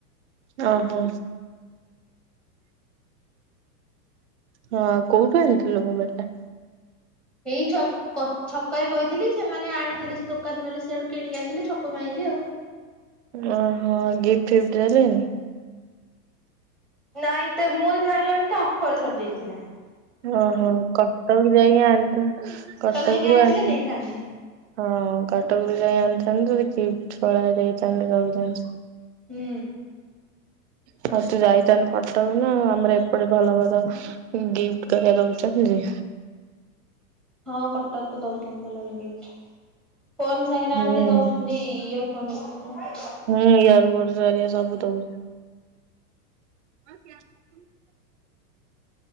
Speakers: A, on the right (about 45°); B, in the centre.
A: ଓହୋ। ହଁ କୋଉଠୁ ଆଣିଥିଲୁ ମୋବାଇଲ ଟା?
B: ଏଇ ଛ କ ଛକରେ କହିଥିଲି ସେମାନେ ଆଣିଥିଲେ ସେ ଦୋକାନ ବାଲା ସିଆଡୁ କିଣିକି ଆଣିଥିଲେ ଛକରୁ ଆଣିଲି ଆଉ।
A: ଓହୋ ଗିଫ୍ଟ ଫିଫ୍ଟ ଦେଲେନି?
B: ନାଇଁ ତ ମୁଁ ଯେତେ ବେଳେ ଆଣିଲାବେଳକୁ ତା ଅଫର ସରି ଯାଇଥିଲା।
A: ଓହୋ କଟକ ଯାଇକି ଆଣିଥାନ୍ତୁ କଟକ
B: ଯାଇକି ଆଣିଥିଲେ
A: ରୁ ଆଣି <unintelligible>
B: ଦେଇଥାନ୍ତେ।
A: ହଁ କଟକରୁ ଯାଇ ଆଣିଥାନ୍ତୁ ତତେ ଗିଫ୍ଟ ଭଳିଆ ଦେଇଥାନ୍ତେ ସବୁ ଜିନିଷ।
B: ହୁଁ।
A: ଆଉ ତୁ ଯାଇଥାନ୍ତୁ କଟକ ନା ଆଉ। ଆମର ଏପଟେ ଭଲ ଭଲ ଗିଫ୍ଟ ତରିଆ ଦଉଛନ୍ତି ଯେ।
B: ହଁ କଟକରେ ଦଉଛନ୍ତି ଭଲ ଭଲ ଗିଫ୍ଟ। ଫୋନ୍ ସାଙ୍ଗରେ
A: ହୁଁ
B: ଆଣିଲେ ଦଉଛନ୍ତି ଇଅର୍ ଫନ <unintelligible>
A: ହୁଁ ଇୟର ବୋଡସ୍ ହରିକା ସବୁ ଦଉ <inaudible>